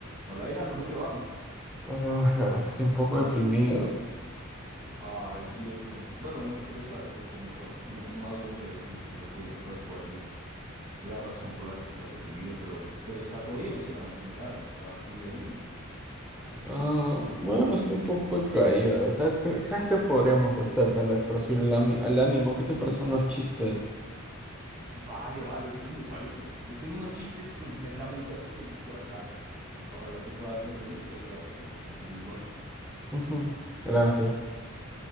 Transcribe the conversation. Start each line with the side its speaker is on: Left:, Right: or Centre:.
Right: Hola, Dylan, ¿cómo te va?
Centre: Ah, la verdad, estoy un poco deprimido.
Right: Ay, y eso, bueno, no quiero saber por qué, mejor no, no hablemos de eso, no quiero que recuerdes la razón por la que estás deprimido, pero, pero está todo bien, o sea, en general, ¿está tu vida bien?
Centre: Ah, bueno, estoy un poco de caída. ¿Sabes qué, sabes qué podríamos hacer tal vez para subir el, ami- al ánimo? ¿Qué te parecen unos chistes?
Right: Vale, vale, sí, me parece. Yo tengo unos chistes completamente absurdos por acá, ojalá te pueda hacer reír y ayudarte a que te sientas mejor.
Centre: Ujú, Gracias.